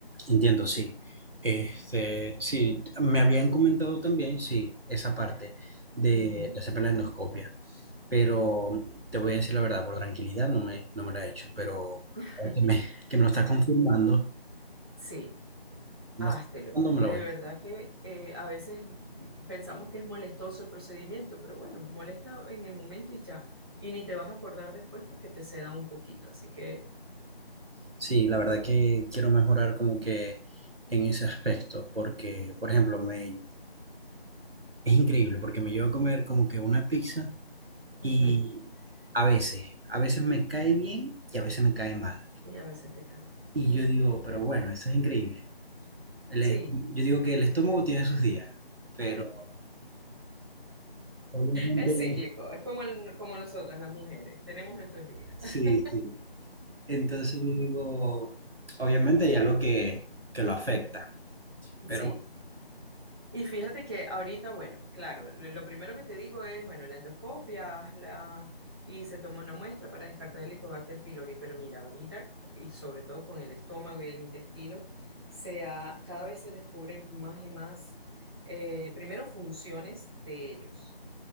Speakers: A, on the right (about 65°); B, on the right (about 25°).
A: Entiendo, sí. Este, sí, me habían comentado también, sí, esa parte de,
B: Ujú.
A: de hacerme la endoscopia, pero te voy a decir la verdad, por tranquilidad no me, no me la he hecho, pero
B: <laughs>
A: ahora que me, que me lo estás confirmando,
B: Sí.
A: me
B: Háztelo.
A: lo estás confirmando, me
B: De
A: lo voy
B: verdad que eh, a veces mm, pensamos que es molestoso el procedimiento, pero bueno, molesta en el momento y ya. Y ni te vas a acordar después porque te seda un poquito. Así que,
A: Sí, la verdad que quiero mejorar como que en ese aspecto, porque, por ejemplo, me, es increíble, porque me llevo a comer como que una pizza y
B: ujú,
A: a veces, a veces me cae bien y a veces me cae mal.
B: y a veces te calma.
A: Y
B: Ujú.
A: yo digo, pero bueno, esto es increíble. El
B: Sí,
A: es- yo digo que el estómago tiene sus días, pero obviamente,
B: es cíclico, es como, el- como nosotras las mujeres, tenemos nuestros días.
A: sí,
B: <laughs>
A: sí. Entonces yo digo, obviamente hay algo que, que lo afecta, pero
B: Sí. Y fíjate que ahorita, bueno, claro, lo lo primero que te digo es, bueno, la endoscopia, haz la... y se tomó una muestra para descartar el Helicobacter pylori, pero mira, ahorita, y sobre todo con el estómago y el intestino, se ha- cada vez se descubren más y más, eh, primero, funciones de ellos,